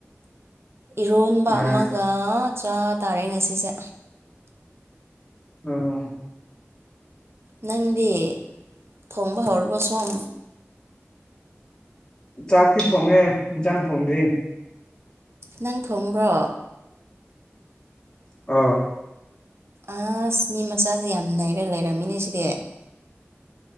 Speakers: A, on the right (about 60°); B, on the left (about 20°).
A: ꯏꯔꯣꯟꯕ
B: ꯑ
A: ꯑꯃꯒ ꯆꯥ ꯇꯥꯔꯦ ꯉꯥꯁꯤꯁꯦ
B: ꯎꯝ
A: ꯅꯪꯗꯤ ꯊꯣꯡꯕꯥ ꯍꯧꯔꯥꯕꯣ ꯁꯣꯝ
B: ꯆꯥꯛꯇꯤ ꯊꯣꯡꯉꯦ ꯏꯟꯖꯥꯡ ꯊꯣꯡꯗ꯭ꯔꯤ
A: ꯅꯪ ꯊꯣꯡꯕ꯭ꯔꯣ
B: ꯑꯧ
A: ꯑꯥꯁ ꯃꯤ ꯃꯆꯥꯖꯦ ꯌꯥꯝ ꯅꯩꯔꯥ ꯂꯩꯔꯝꯃꯤꯅꯦ ꯁꯤꯗꯤ